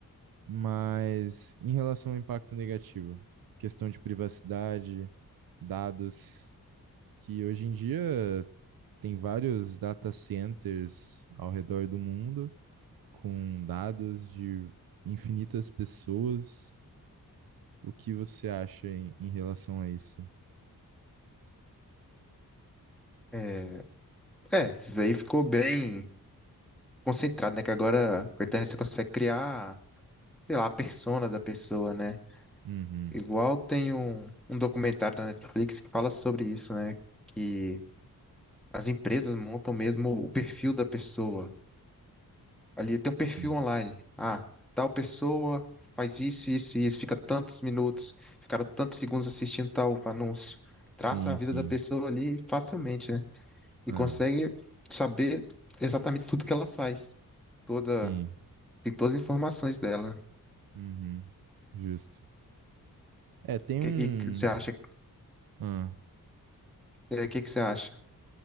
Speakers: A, on the right; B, in the centre.
A: mas em relação ao impacto negativo, questão de privacidade, dados, que hoje em dia tem vários data centers ao redor do mundo. com dados de infinitas pessoas. O que você acha em, em relação a isso?
B: É, é, isso aí ficou bem concentrado, né? Que agora com a internet você consegue criar sei lá, a persona da pessoa, né?
A: Uhum,
B: Igual tem um, um documentário da Netflix que fala sobre isso, né? Que as empresas montam mesmo o perfil da pessoa. Ali tem um perfil
A: sim.
B: online. Ah, tal pessoa faz isso, isso, isso, fica tantos minutos, ficaram tantos segundos assistindo tal anúncio. Traça
A: Sim,
B: a vida
A: sim.
B: da pessoa ali facilmente, né? E
A: Ah,
B: consegue saber exatamente tudo que ela faz. Toda,
A: sim.
B: tem todas as informações dela. né?
A: Uhum, justo. É, tem
B: Que-
A: um.
B: E, que você acha,
A: Ah,
B: é, o que que você acha?